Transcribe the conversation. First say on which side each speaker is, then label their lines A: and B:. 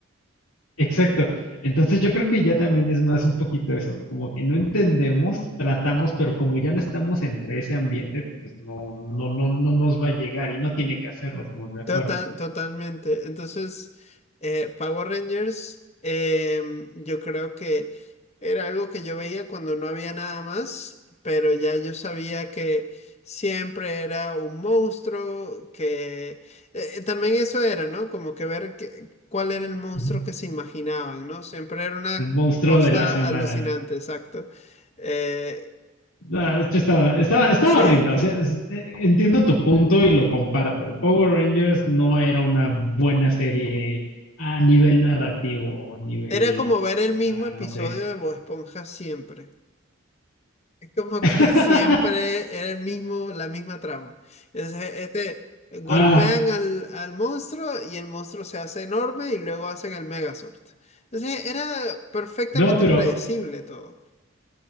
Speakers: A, on the left; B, on the left.
A: Exacto. Entonces yo creo que ya también es más un poquito eso, como que no entendemos, tratamos, pero como ya no estamos entre ese ambiente, pues no, no, no, no nos va a llegar y no tiene que hacerlo, estamos de acuerdo.
B: Total, totalmente. Entonces, eh, Power Rangers, em, yo creo que era algo que yo veía cuando no había nada más, pero ya yo sabía que siempre era un monstruo, que eh, también eso era, ¿no? Como que ver que- cuál era el monstruo
A: Ujú.
B: que se imaginaban, ¿no? Siempre era una
A: El monstruo
B: cosa
A: de la semana.
B: alucinante, exacto. Eh,
A: No, de hecho estaba, estaba, estaba
B: sí.
A: horrible. O sea, es- eh, entiendo tu punto y lo comparto. The Power Rangers no era una buena serie a nivel narrativo, a nivel,
B: Era como ver el
A: ah,
B: mismo episodio
A: no sé.
B: de Bob Esponja siempre. Es como
A: <laughs>
B: que siempre era el mismo, la misma trama. Entonces, este, golpean
A: Ah,
B: al, al monstruo y el monstruo se hace enorme y luego hacen el Megazord. Entonces, era perfectamente
A: no, pero
B: predecible todo.